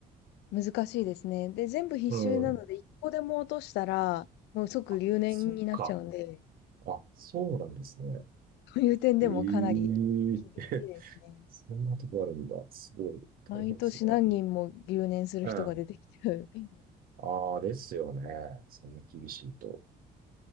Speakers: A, on the left; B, on the right.
A: 難しいですね。で、全部必修なので、
B: うん。
A: 一個でも落としたら、もう即留年になっちゃうんで、
B: あ、そっか。あ、そうなんですね。
A: という点でもかなり
B: え
A: 厳しいですね。
B: え <laughs> そんなとこあるんだ。すごい大変ですね。
A: 毎年何人も留年する人が出てきちゃう。
B: うん。
A: うん
B: ああ、ですよね。そんな厳しいと。